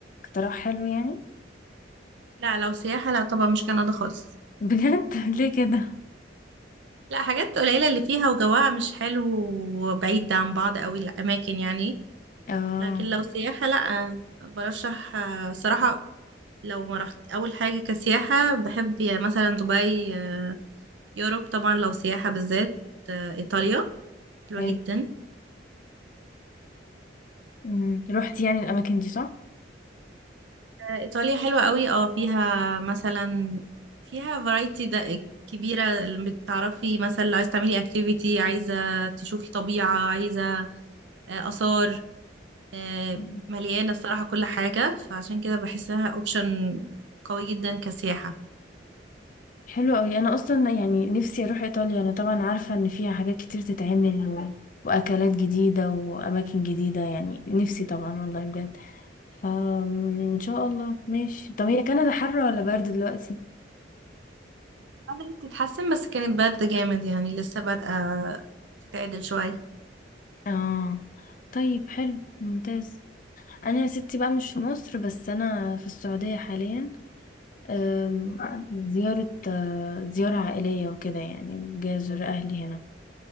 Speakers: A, on the left; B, on the right.
A: اقتراح حلو يعني
B: لا لو سياحة لا طبعا مش كندا خالص
A: بجد <laughs> ليه كده
B: لا حاجات قليلة اللي فيها وجوها مش حلو وبعيد عن بعض قوي الأماكن يعني
A: اه
B: لكن لو سياحة لا برشح آه، صراحة لو ما رحت أول حاجة كسياحة بحب يا مثلا دبي آه، يوروب طبعا لو سياحة بالذات آه، إيطاليا حلوة
A: حلو
B: جدا
A: مم. روحتي يعني الاماكن دي صح
B: آه، إيطاليا حلوة قوي اه فيها مثلا فيها فرايتي ده كبيرة بتعرفي مثلا لو عايزة تعملي اكتيفيتي عايزة تشوفي طبيعة عايزة آه، آثار آه،
A: مم.
B: مليانة الصراحة كل حاجة فعشان كده بحسها اوبشن قوي جدا كسياحة
A: حلو قوي انا اصلا يعني نفسي اروح ايطاليا انا طبعا عارفه ان فيها حاجات كتير تتعمل و... واكلات جديده واماكن جديده يعني نفسي طبعا والله بجد فان شاء الله ماشي طب هي كندا حر ولا برد دلوقتي
B: بدأت تتحسن بس كانت بارده جامد يعني لسه بادئة تتعدل شوية
A: اه طيب حلو ممتاز انا يا ستي بقى مش في مصر بس انا في السعوديه حاليا أم، زيارة آه، زيارة عائلية وكده يعني جاي أزور أهلي هنا